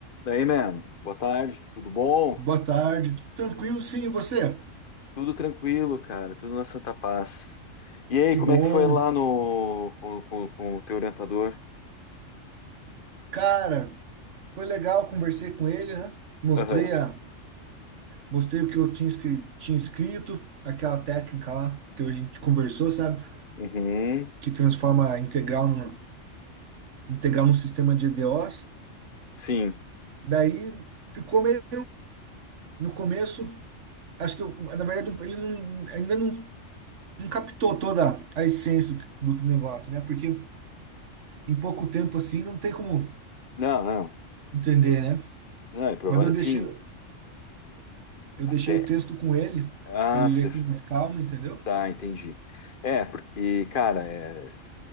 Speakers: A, on the left (about 45°); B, on the right (about 70°).
A: Daí, man, boa tarde, tudo bom?
B: Boa tarde, tudo tranquilo? Sim, e você?
A: Tudo tranquilo, cara, tudo na Santa Paz. E aí,
B: Que
A: como
B: bom.
A: é que foi lá no com, com- com o teu orientador?
B: Cara, foi legal, conversei com ele, né? Mostrei,
A: Aham.
B: a, mostrei o que eu tinha, escri- tinha escrito, aquela técnica lá que a gente conversou, sabe?
A: Uhum.
B: Que transforma a integral num, integral num sistema de EDOs.
A: Sim.
B: Daí ficou meio no começo, acho que eu, na verdade um, ele não, ainda não, não captou toda a essência do, do negócio, né? Porque em pouco tempo assim não tem como
A: Não, não.
B: entender,
A: Bem,
B: né?
A: Não, é provável.
B: Mas eu deixei.
A: Sim,
B: Eu
A: até.
B: deixei o texto com ele,
A: Ah,
B: para ele
A: se
B: ler
A: def-
B: com mais É. calma, entendeu?
A: tá, entendi. É, porque, cara, é,